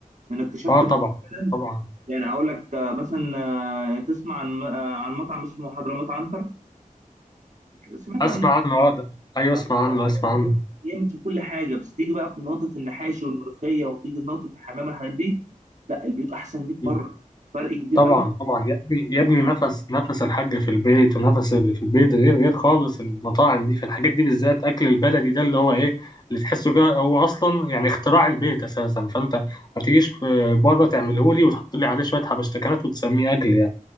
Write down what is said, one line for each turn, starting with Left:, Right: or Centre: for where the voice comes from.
Right: لان اكتشفت
Left: اه
Right: بقى
Left: طبعا
Right: فعلا
Left: طبعا
Right: يعني اقول لك آه، مثلا آه، تسمع عن آه، عن مطعم اسمه حضرموت عنتر سمعت
Left: اسمع
Right: عن
Left: عنه اه ده ايوه اسمع
Right: ده
Left: عنه
Right: ده-
Left: اسمع
Right: ده
Left: عنه
Right: بص جامد في كل حاجه بس تيجي بقى في نقطه المحاشي والملوخيه وتيجي في نقطه الحمام والحاجات دي لا البيوت احسن 100 مره
Left: مم.
Right: فرق كبير
Left: طبعا
Right: قوي
Left: طبعا يا ابني يا ابني نفس نفس الحاج في البيت ونفس اللي في البيت غير غير خالص المطاعم دي في الحاجات دي بالذات اكل البلدي ده اللي هو ايه اللي تحسه كده هو اصلا يعني اختراع البيت اساسا فانت ما تجيش في- بره تعمله لي وتحط لي عليه شويه حبشتكنات وتسميه اكل يعني